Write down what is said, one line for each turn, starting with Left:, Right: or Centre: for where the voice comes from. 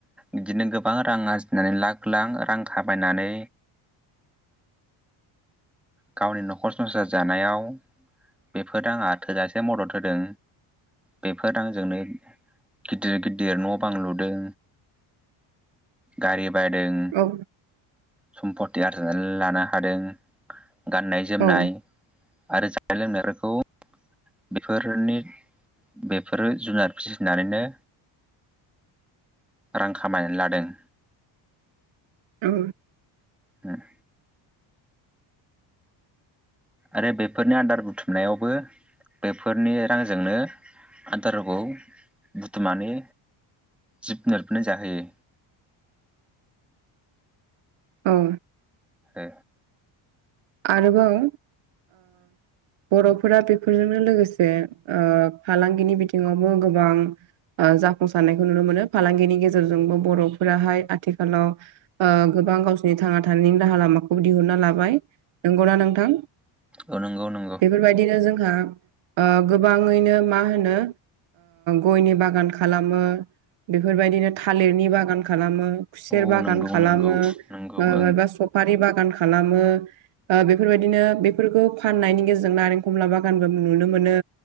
Centre: बिदिनो गोबां रां आरजिनानै लाख लाख रां खामायनानै
Right: <inaudible>
Centre: गावनि न'खर संसार जानायाव बेफोर आंहा थोजासे मदद होदों बेफोर रांजोंनो गिदिर गिदिर न' बां लुदों गारि बायदों
Right: औ
Centre: सम्पति आरजिनानै लानो हादों गाननाय जोमनाय
Right: औ
Centre: आरो जानाय लोंनायफोरखौ बेफोरनि बेफोरो जुनार फिसिनानैनो रां खामायनानै लादों
Right: औ
Centre: उम आरो बेफोरनि आदार बुथुमनायावबो बेफोरनि रांजोंनो आदाराव बुथुमनानै जिब जुनारफोरनो जाहोयो
Right: औ
Centre: ओ
Right: आरोबाव बर'फोरा बेफोरजोंनो लोगोसे फालांगिनि बिथिङावबो गोबां जाफुंसारनायखौ नुनो मोनो फालांगिनि गेजेरजोंबो बर'फोराहाय आथिखालाव गोबां गावसिरनि थांना थानायनि राहा लामाखौबो दिहुनना लाबाय नंगौना नोंथां
Centre: औ नंगौ नंगौ
Right: बेफोरबायदिनो जोंहा गोबाङैनो मा होनो गयनि बागान खालामो बेफोरबायदिनो थालिरनि बागान खालामो खुसेर
Centre: औ
Right: बागान
Centre: नंगौ
Right: खालामो
Centre: नंगौ नंगौ
Right: माबा
Centre: ओं
Right: बा स बारि बागान खालामो बेफोरबायदिनो बे फाननायनि गेजेरजों नारेंखमला बागानबो नुनो मोनो